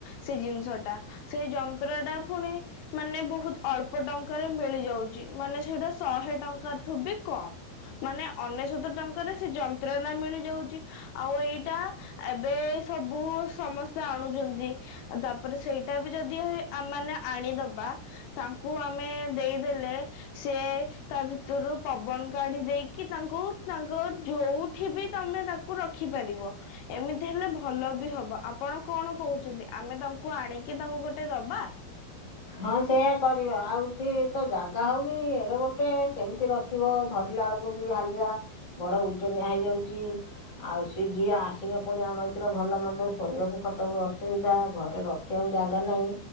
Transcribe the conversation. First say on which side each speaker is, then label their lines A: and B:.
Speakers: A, on the left (about 80°); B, on the left (about 30°).
A: ସେ ଜିନିଷ ଟା ସେଇ ଯନ୍ତ୍ର ଟା ପୁଣି। ମାନେ ବହୁତ ଅଳ୍ପ ଟଙ୍କାରେ ମିଳିଯାଉଛି ମାନେ ସେଇଟା ଶହେ ଟଙ୍କାର ଥୁ ବି କମ୍। ମାନେ ଅନେଶଵତ ଟଙ୍କାରେ ସେ ଯନ୍ତ୍ରଣା ମିଳିଯାଉଛି। ଆଉ ଏଇଟା ଏବେ ସବୁ ସମସ୍ତେ ଆଣୁଛନ୍ତି। ତାପରେ ସେଇଟା ବି ଯଦି ଆ ମାନେ ଆଣିଦବା। ତାଙ୍କୁ ଆମେ ଦେଇଦେଲେ ସିଏ ତା ଭିତରୁ ପବନ କାଢି ଦେଇକି ତାଙ୍କୁ ତାଙ୍କ ଯୋଉଠି ବି ତମେ ତାକୁ ରଖିପାରିବ। ଏମିତି ହେଲେ ଭଲ ବି ହବ ଆପଣ କଣ କହୁଛନ୍ତି ଆମେ ତାଙ୍କୁ ଆଣିକି ତାଙ୍କୁ ଗୋଟେ ଦବା।
B: ହଁ ସେୟା କରିବା ଆଉ ସିଏ ତ ଜାଗା ହଉନି ଏଡେ ଗୋଟେ କେମିତି ରଖି। ଥିବ ଧରିଲା ବେଳକୁ ବି ହାଲିଆ ବଡ ଉଜନିଆ ହେଇଯାଉଛି। ଆଉ ସିଏ ଯିଏ ଆସିଲେ ପୁଣି ଆମ ଏିତରେ ଭଲ ମନ୍ଦ ଶୋଇବାକୁ ଖଟ ଅସୁବିଧା ଘରେ ରଖ ଆଉ ଜାଗା ନାହିଁ